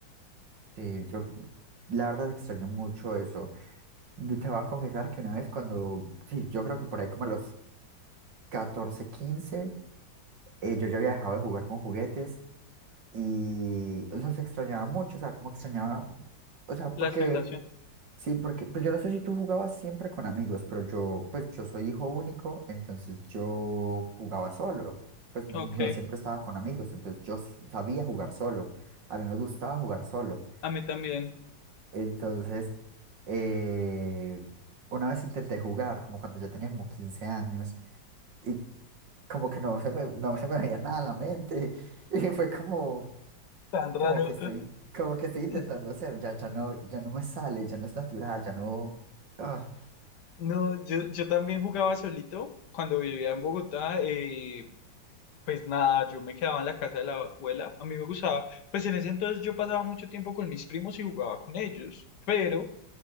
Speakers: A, on the right; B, on the left.
A: Sí, yo la verdad extraño mucho eso. Yo te voy a confesar que una vez cuando, sí, yo creo que por ahí como a los catorce quince eh, yo ya había dejado de jugar con juguetes y los extrañaba mucho, o sea, como extrañaba, o sea,
B: La
A: porque,
B: sensación,
A: sí, porque, pues yo no sé si tú jugabas siempre con amigos, pero yo, pues yo soy hijo único, entonces yo jugaba solo, pues no
B: ok,
A: siempre estaba con amigos, entonces yo s- sabía jugar solo, a mí me gustaba jugar solo.
B: a mí también,
A: Entonces, eh, una vez intenté jugar, como cuando yo tenía como 15 años, y como que no se me, no se me veía nada a la mente, <laughs> y fue como,
B: tan raro.
A: como que estoy, como que estoy intentando
B: <laughs>
A: hacer, ya, ya no, ya no me sale, ya no es natural, ya no... ah,
B: No, yo, yo también jugaba solito cuando vivía en Bogotá, eh, pues nada, yo me quedaba en la casa de la abuela, a mí me gustaba, pues en ese entonces yo pasaba mucho tiempo con mis primos y jugaba con ellos, pero...